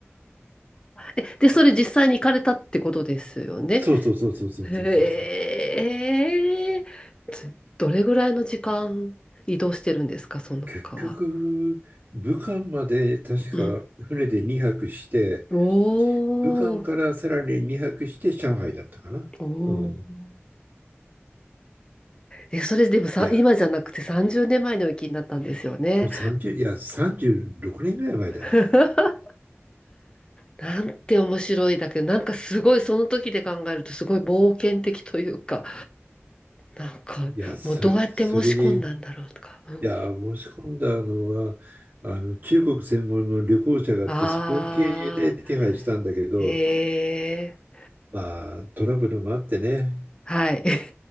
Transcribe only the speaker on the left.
ー。えで、それ実際に行かれたってことですよね。
へえ、つどれぐらいの時間移動してるんですか、その川。
うん。おー、
お
ー。え、それでもさ、
今じゃなくて30年前の雪になったんですよね。
<laughs> なんて面白いだけど、なんかすごいその時で考えるとすごい冒険的というか、なんかもうどうやって申し込んだんだろうとか。
うん、
あ
あ、へえ
はい。<laughs>